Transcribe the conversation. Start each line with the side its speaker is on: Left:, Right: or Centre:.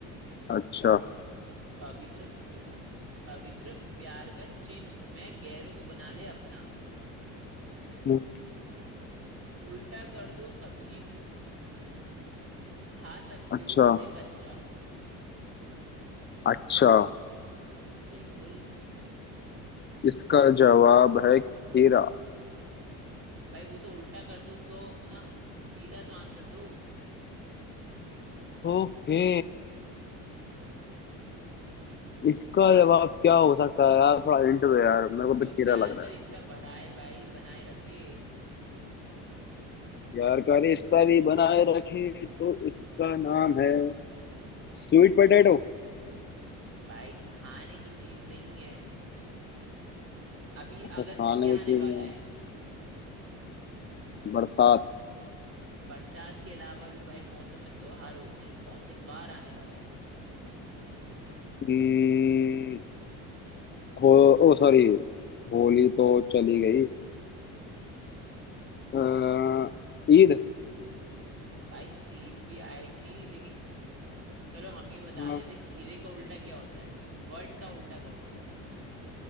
Left: अच्छा
Right: पवित्र प्या, पवित्र प्यार का चिन्ह हूं मैं गैरों को बना ले अपना
Left: हम्म,
Right: उल्टा कर दो सब्जी हूं खा सकते
Left: अच्छा
Right: हो मुझे कच्चा
Left: अच्छा
Right: बिल्कुल
Left: इसका जवाब है खीरा
Right: भाई वो तो उल्टा कर दो तो हो ना सीधा तो आंसर दो
Left: ओके इसका जवाब क्या हो सकता है यार थोड़ा हिंट दो यार मेरे को
Right: जो
Left: तो खीरा
Right: प्यार
Left: लग
Right: का
Left: रहा
Right: रिश्ता बढ़ाए भाई बनाए रखे
Left: प्यार का रिश्ता भी बनाए रखे तो इसका नाम है स्वीट पोटैटो है
Right: भाई खाने की चीज नहीं है अभी
Left: अच्छा
Right: अगस्त
Left: खाने
Right: में क्या
Left: की
Right: आने
Left: चीज
Right: वाला
Left: में
Right: है
Left: बरसात
Right: बरसात के अलावा भी भाई मौसम में त्योहार होते हैं कौन सा त्योहार आने वाला है
Left: हम्म, हो ओ सॉरी होली तो चली गई अ, ईद
Right: भाई ईद भी आएगी लेकिन चलो हम ही बता
Left: हाँ
Right: देते खीरे का उल्टा क्या होता है वर्ड का उल्टा करो मतलब